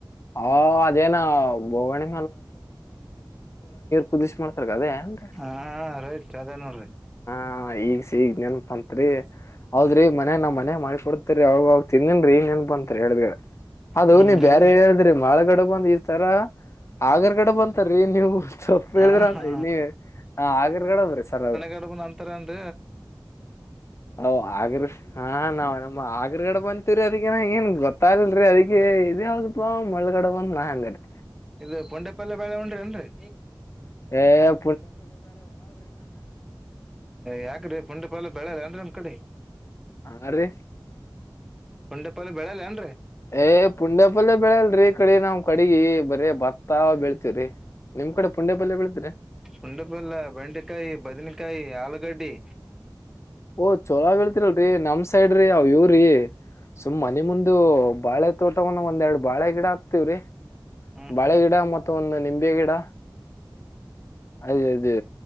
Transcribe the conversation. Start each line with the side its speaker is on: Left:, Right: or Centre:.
Left: ಹ ಅದೇನ ಬೋಗಣೆ ಕುದಿಸಿ ಮಾಡ್ತಾರ ಅದೇ ಏನ್ರಿ
Centre: ಹಾ ರೈಟ್ ಅದೇ ನೋಡ್ರಿ
Left: ಹ ಈಗ ಸಗ್ ನೆನಪಾ ಅತ್ರಿ ಹೌದ್ರಿ ಮನೆ ನಾ್ ಮನೆ ಮಾಡಿ ಕೊಡ್ತರಿ ಅವಾಗ ಅವ ತಿನ್ನಿನ್ಿ ಏನ್ ಬಂತತ್ ಹೇಳ ಅದು
Centre: ಹ್ಮ್
Left: ನೀ ಬೇರೆ
Centre: ಇದು
Left: ಹೇಳಿದ್ರಿ ಮಳಗಡೆ ಬಂದ ತರ ಆಗರ್ಗಡೆ ಬಂತಾರೀ ನೀವು ಸೊಪ್ಪು
Centre: ಹಾ
Left: ಹೇಳಿದ್ರ
Centre: ಹಾ
Left: ಇ ಆಗರ್ಗಡೆದ್ರಿ ಸರ್ ಅದು
Centre: ಕಡಬನ್ ನಂತರ ಅಂದ
Left: <inaudible> ಅ ಆಗ್ರ ಹಾ ನಾವ್ ನಮ್ಮ ಆಗ್ರಗಡೆ ಬಂತೀವ್ರೀ ಅದಿನ ಏನ್ ಗೊತ್ತಾಗ್ಲ್ರಿ ಅದಿ ಇದ ಸ್ಲ್ಪ ಮಳ್ಳಳಗಡೆ ಬಂದ್ ನಾ ಅನ್ಗಡೆ
Centre: ಇದು ಪೊಂಡೆ ಪಲ್ ಬಾಳೆ ಉಂಡ್ರಿ ಅನ್ರರಿ
Left: ಹ
Centre: ಯಾಕ್ರೀ ಪುಂಡ ಪಲ್ಯ ಬೆಳೆದ ಅನ್ರಿ ನಮ್ ಕಡೆ
Left: ಹ ರೀ
Centre: ಪುಡೆ ಪಾಲ್ ಬೆಳ ಇಲ್ಲೇನ್ರಿ
Left: ಏ ಪುಂಡ್ಯಪಲ್ಲ ಬೆಳಲ್ರರಿ ಕಡೆ ನಾವ್ ಕಡಗಿ ಬರ ಭತ್ತ ಬೆಳಳ್ತವ್ರಿ ನಿಮ್ ಕಡೆ ಪುಂಡ್ಯ ಬಲ್ಯ ಬೆಳಿದ್ರೆ
Centre: ಉಂಡೆಪಲ್ಲ ಬೆಂಡೆಕಾಯಿ ಬದನಕಾಯಿ ಆಲೂಗಡ್ಡಿ
Left: ಓಹ್ ಚೊಲೀಳ್ತಿರಲ್ರರಿ ನಮ್ ಸೈಡ್್ರಿ ಅವ್ ಇವ್ರಿ ಸುಮ್ ಮನೆ ಮುಂದು ಬಾಳೆ ತೋಟವನ್ನು ಒಂದ್ರಡು ಬಾಳೆ ಗಿಡ ಆಕ್ತವ್ರಿ
Centre: ಹ್ಮ್
Left: ಬಾಳೆ
Centre: ಹ್ಮ್
Left: ಗಿಡ ಮತ್ತುತ್ತ ಒಂದು ನಿಂಬೆ ಗಿಡ ಅದೇ ಅದೇ